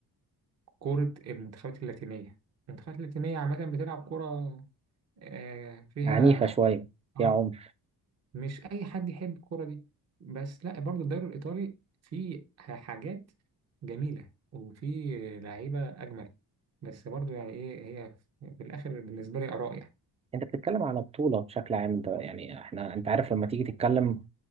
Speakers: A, on the right; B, on the right.
A: كرة المنتخبات اللاتينية المنتخبات اللاتينية عامة بتلعب كرة آه فيها
B: عنيفة شوية
A: اه
B: فيها عنف
A: مش أي حد يحب الكرة دي بس لا برضو الدوري الإيطالي فيه حاجات جميلة وفيه لعيبة أجمل بس برضو يعني إيه هي في الآخر بالنسبة لي آراء يعني
B: انت بتتكلم على بطولة بشكل عام ده يعني احنا انت عارف لما تيجي تتكلم